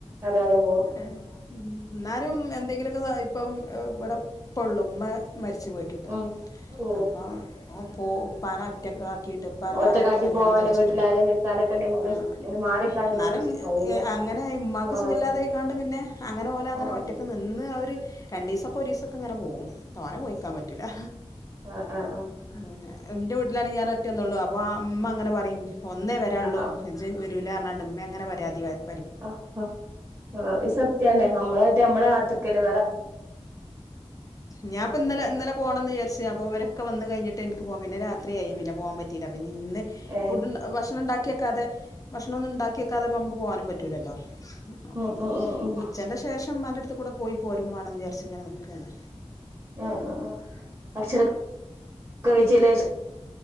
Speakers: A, on the right (about 25°); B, on the left (about 30°).
A: അതെ അതെ പോവും
B: ഏഹ് ഉം എന്നാലും എന്തെങ്കിലുക്കെ ഇപ്പം ഇവിടെ ഇപ്പൊള്ളു ഇമ്മ മരിച്ചു പോയി ട്ട്ട്ട്
A: ഉം ഓ
B: അപ്പം പോ ഇപ്പാനെ ഒറ്റക്കാകീട്ട് ഇപ്പറെ
A: ഒറ്റക്കാക്കി
B: വെറെറ്റേ കല്യാണം
A: പോവാനും
B: കഴിച്ചിട്ടു
A: വീട്ടിലാരേം നിക്കാനൊക്കെ ഉണ്ടെങ്കില്
B: ആഹ്
A: ഒന്ന് മാറിക്കാനും
B: ഇന്നാലും
A: കൂടി കഴിയൂലെ
B: അങ്ങനെ ഇമ്മാക്ക്
A: ആഹ്
B: സുഖല്ലാതെ അയ്ക്കാണ്ട് പിന്നെ അങ്ങനെ ഓല് അങ്ങനെ
A: ആഹ്
B: ഒറ്റക്ക് നി ഇന്ന് അവര് രണ്ടീസൊക്കെ ഒരീസൊക്കെ ഇങ്ങനെ പോകും തോനെ പോയിക്കാൻ പ റ്റുലാ
A: ആഹ് ആഹ്
B: അങ്ങനെ ഇന്റെ വീട്ടിലാണെങ്കി ഞാൻ ഒറ്റന്നൊള്ളൂ അപ്പൊ ഇമ്മ അങ്ങനെ പറിം ഒന്നേ വരാ ഒള്ളൂ
A: ആഹ്
B: ജ്ജ് വെരൂല പർഞ്ഞാണ്ട് ഇമ്മങ്ങനെ പരാതി പറിം
A: അഹ് അഹ് ആഹ് സത്യന്നെ നമ്മളെട്ട് നമ്മളെ കാത്ത്ക്കല്
B: ഞാപ്പം ഇന്നലെ ഇന്നലെ പോണംന്ന് ചാരിച്ച് അപ്പോ ഇവരോക്കെ വന്ന് കഴിഞ്ഞിട്ട് എനിക്ക് പോവാ പിന്നെ രാത്രിയായി പിന്നെ പോവാൻ പറ്റീല പിന്നെ ഇന്ന്
A: ഏഹ്
B: ഫുഡ് ഭക്ഷണം ഇണ്ടാക്കി വെക്കാതെ ഭക്ഷണം ഒന്നും ഇണ്ടാക്കി വെക്കാതെ അപ്പ നമുക്ക് പോകാനും പറ്റൂലല്ലോ അപ്പഞ്
A: ഉം ഉം ഉം ഉം
B: ഉച്ചൻ്റെ ശേഷം ഇമ്മാന്റെ അടുത്ത് കൂടി പോയി പോരും വേണം വിജാരിച്ച് ഇങ്ങനെ നിക്കാണ്
A: അഹ് അഹ് ആഹ് ഭക്ഷണം കഴിച്ചേന് ശേഷം